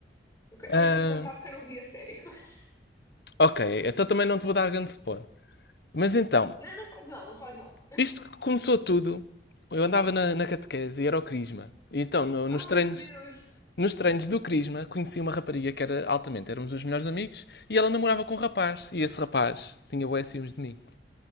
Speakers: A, on the left; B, on the left.
A: ok.
B: Ah,
A: Tens-me contar porque eu não vi a série. <laughs>
B: ok, então também não te vou dar grande spoiler. Mas então.
A: Não, não faz mal, não faz mal.
B: Isto que começou tudo. Eu andava na, na catequese e era o Crisma. E então, no- nos
A: Oh
B: treinos,
A: meu Deus!
B: nos treinos do Crisma, conheci uma rapariga que era altamente, éramos os melhores amigos, e ela namorava com um rapaz, e esse rapaz tinha bué ciúmes de mim.